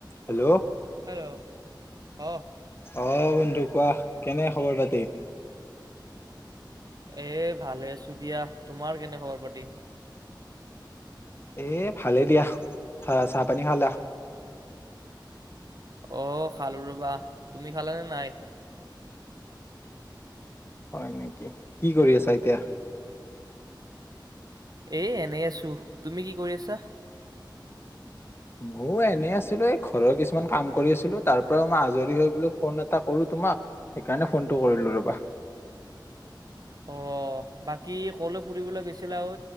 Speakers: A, on the left; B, on the right.
A: Hello.
B: Hello অ।
A: অ', বন্ধু কোৱা কেনে? খবৰ পাতি?
B: এ ভালে আছো দিয়া। তোমাৰ কেনে খবৰ পাতি?
A: এ ভালেই দিয়া। চাহ পানী খালা?
B: অ', খালো ৰ'বা। তুমি খালাানে নাই?
A: হয়, নেকি? কি কৰি আছা এতিয়া?
B: এ এনেই আছো। তুমি কি কৰি আছা?
A: ময়ো এনে আছিলো এই ঘৰৰ কিছুমান কাম কৰি আছিলো তাৰ পৰা মই আজৰি হৈ বোলো ফোন এটা কৰো তোমাক। সেইকাৰণে ফোনটো কৰিলো ৰ'বা।
B: অ', বাকী ক'লৈ ফুৰিবলৈ গৈছিলা ঐ?